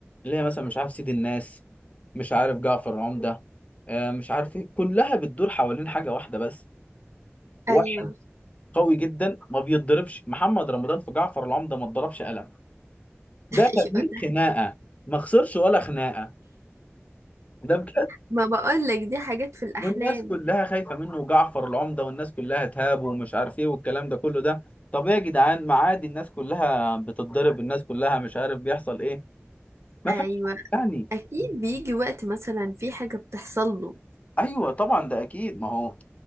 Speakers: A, on the left; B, on the right.
A: اللي هي مثلا مش عارف سيد الناس مش عارف جعفر العمده آه، مش عارف ايه كلها بتدور حوالين حاجه واحده بس واحد
B: ايوه
A: قوي جدا ما بيتضربش محمد رمضان في جعفر العمده ما اتضربش قلم ده
B: <laughs> ايوه
A: كان 100
B: ده
A: خناقه ما خسرش ولا خناقه ده بجد
B: ما بقولك دي حاجات في الأحلام
A: والناس كلها خايفه منه وجعفر العمده والناس كلها تهابه ومش عارف ايه والكلام ده كله ده طب ايه يا جدعان ما عادي الناس كلها بتتضرب الناس كلها مش عارف بيحصل ايه ما
B: ايوه
A: فيهاش حاجة يعني
B: اكيد بيجي وقت مثلا في حاجة بتحصل له
A: ايوه طبعا ده اكيد ما هو